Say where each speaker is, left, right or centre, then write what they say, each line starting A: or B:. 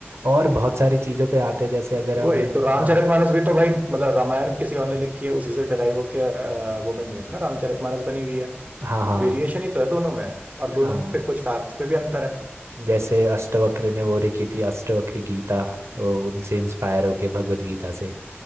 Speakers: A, on the right; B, on the right.
A: और बहुत सारी चीजों पे आते हैं जैसे अगर हम
B: वही तो रामचरितमानस
A: आ,
B: भी तो भाई मतलब रामायण किसी और ने लिखी है उसी से डराइव होके अ, वो बनी है ना रामचरितमानस बनी हुई है
A: हाँ हाँ
B: वेरिएशन ही तो है दोनों में और
A: हाँ
B: दोनों पे कुछ फैक्ट्स पे भी अंतर है
A: जैसे अष्टवक्र ने वो लिखी थी अष्टवक्र गीता अ, उनसे इंस्पायर होके भगवत गीता से